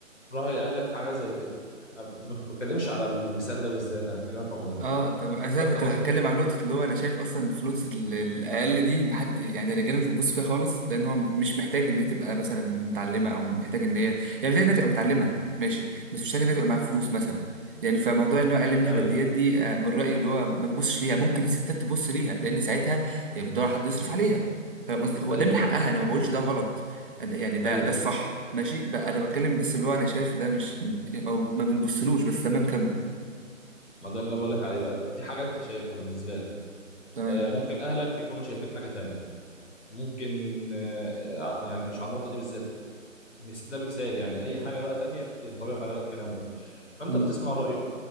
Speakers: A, on the left; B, on the right.
A: راي اهلك في حاجه زي كده أنا ما بتكلمش على المثال ده بالذات انا بكلمك عموما
B: اه طب انا
A: انت
B: كنت
A: بتاخد
B: هتكلم عن نقطه اللي هو انا شايف اصلا في نقطه ال- الاقل دي محد يعني الرجاله مش بتبص فيها خالص لان هو مش محتاج ان هي تبقى مثلا متعلمه او محتاج ان هي يعني محتاج انها تبقى متعلمه ماشي بس مش محتاج انها تبقى معاها فلوس مثلا يعني فموضوع ان هو اقل منها
A: ايوه
B: ماديات دي آه، من رايي اللي هو ما ببصش ليها ممكن الستات تبص ليها لان ساعتها هي بتدور على حد يصرف عليها فاهم قصدي هو
A: ايوه
B: ده من حقها
A: ايوه
B: انا ما بقولش ده غلط ده- يعني ده
A: ايوه
B: ده الصح ماشي بقى انا بتكلم بس اللي هو انا شايف ده مش يعني ما ما بنبصلوش بس تمام كمل
A: ما ده اللي انا بقول لك عليه بقى دي حاجه انت شايفها بالنسبه لك
B: تمام
A: آه، ممكن اهلك يكونوا شايفين حاجه تانية ممكن آه، آه، يعني مش على النقطه دي بالذات مس- ده مثال يعني اي حاجه بقى تانية ينطبق عليها الكلام ده فانت
B: مم.
A: بتسمع رايهم